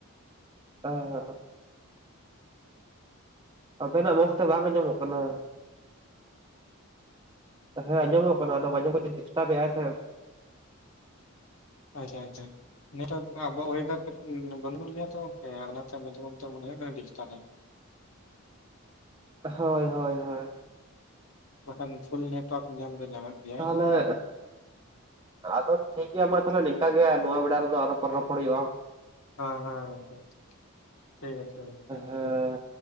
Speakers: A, on the right; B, on the left.
A: ᱚ ᱟᱵᱮᱱᱟᱜ ᱢᱚᱡᱽ ᱛᱮ ᱵᱟᱝ ᱟᱸᱡᱚᱢᱚᱜ ᱠᱟᱱᱟ ᱦᱮᱸ ᱟᱸᱡᱚᱢᱚᱜ ᱠᱟᱱᱟ ᱟᱫᱚ ᱢᱟᱡᱷᱮ ᱢᱩᱫᱡᱷᱮ ᱰᱤᱥᱴᱟᱵ ᱮᱫ ᱟᱭ ᱥᱮ <inaudible>
B: ᱟᱪᱪᱷᱟ ᱟᱪᱪᱷᱟ ᱱᱮᱴᱳᱭᱟᱨᱠ ᱟᱵᱚᱣᱟᱜ ᱳᱭᱮᱫᱟᱨ ᱜᱩᱱ ᱜᱩᱱ ᱜᱮᱭᱟ ᱛᱚ ᱜᱚᱝᱠᱮ ᱟᱨ ᱚᱱᱟᱛᱮ ᱢᱟᱡᱷᱮ ᱢᱚᱫᱽᱫᱷᱮ ᱢᱚᱱᱮ ᱦᱳᱭᱳᱜ ᱠᱟᱱᱟ ᱰᱤᱥᱴᱟᱵ ᱟᱭ
A: ᱦᱳᱭ ᱦᱳᱭ ᱦᱳᱭ
B: ᱵᱟᱠᱷᱟᱱ ᱯᱷᱩᱞ ᱱᱮᱴᱚᱣᱟᱨᱠ ᱧᱟᱢ ᱫᱚ ᱧᱟᱢᱮᱫ ᱜᱮᱭᱟᱭ
A: ᱮᱜ ᱟᱫᱚ ᱴᱷᱤᱠ ᱜᱮᱭᱟ ᱢᱟ ᱛᱟᱦᱚᱞᱮ ᱱᱤᱝᱠᱟ ᱜᱮ ᱱᱚᱣᱟ ᱵᱮᱲᱟ ᱨᱮᱫᱚ ᱟᱨᱚ ᱨᱚᱯᱚᱲ ᱦᱩᱭᱩᱜ-ᱟ᱾
B: ᱦᱮᱸ ᱦᱮᱸ ᱜᱚᱝᱠᱮ ᱴᱷᱤᱠ ᱟᱪᱷᱮ ᱜᱚᱢᱠᱮ ᱴᱷᱤᱠ
A: ᱦᱮᱸ
B: ᱜᱮᱭᱟ